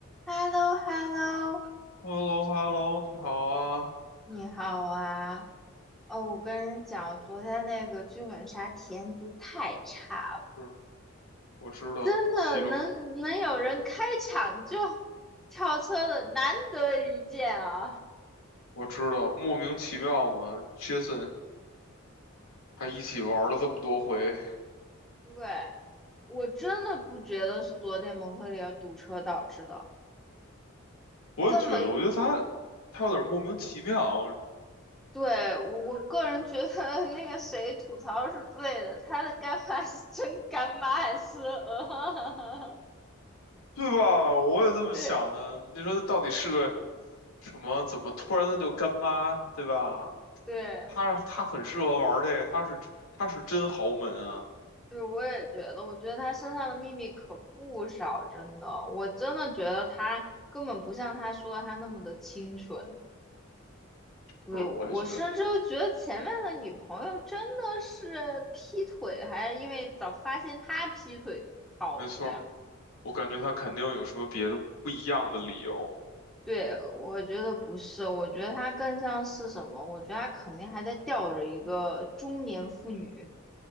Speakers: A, in the centre; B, on the left.
A: h e l l o h e l l o
B: h e l l o h e l l o 你好啊。
A: 你好啊！哦，我跟你讲，我昨天那个剧本杀体验度太差了，
B: 是，我知道，
A: 真的能能有人开场就
B: 其中
A: 跳车的，难得一见啊！
B: 我知道，莫名其妙嘛。Jason 还一起玩了这么多回。
A: 对，我真的不觉得是昨天蒙特利尔堵车导致的，
B: 我也觉得，
A: 这么，
B: 我觉得他他有点莫名其妙，
A: 对，我我个人觉得那个谁吐槽是对的，他的干妈是真干妈还是，<laughs> 呃，
B: 对吧？我也这么想的。
A: 对
B: 你说他到底是个什么？怎么突然他就干妈，对吧？
A: 对。
B: 他他很适合玩这个，他是他是真豪门啊。
A: 对，我也觉得，我觉得他身上的秘密可不少，真的，我真的觉得他根本不像他说的他那么的清纯。对，
B: 就是我也觉得，
A: 我甚至都觉得前面的女朋友真的是劈腿，还是因为早发现他劈腿跑了呀？
B: 没错儿我感觉他肯定有什么别的不一样的理由。
A: 对，我觉得不是，我觉得他更像是什么？我觉得他肯定还在吊着一个中年妇女。